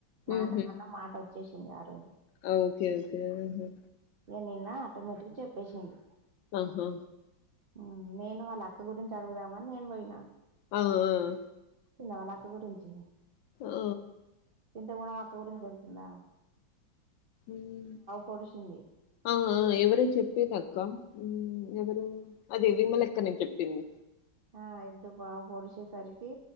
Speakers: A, on the left (about 80°); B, on the right (about 75°).
A: హ్మ్.
B: మాట
A: హుహు.
B: కన్నా మాట వచ్చేసింది ఆ రోజు
A: ఆ! ఓకే. ఓకే. ఆహా!
B: ఇక నిన్న ఆటోమేటిక్ చెప్పేసింది
A: ఆహా
B: ఉమ్ నేను వాళ్ళ అక్క గురించి అడుగుదామని నేను పోయినా
A: ఆ ఆ
B: ందా వాళ్ళ అక్క గురించి
A: ఆ!
B: తింట గుణం అక్క గురించి తెల్సిందా?
A: ఉమ్
B: పొడిచింది
A: ఆ ఆ ఎవరే చెప్పేదక్కా ఉమ్ ఎవరూ అదే విమలెక్కనే చెప్పింది.
B: ఆ ఎద్దు బావు పొడిసేసరికి